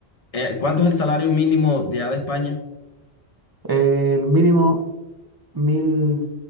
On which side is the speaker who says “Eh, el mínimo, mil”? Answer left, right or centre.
Right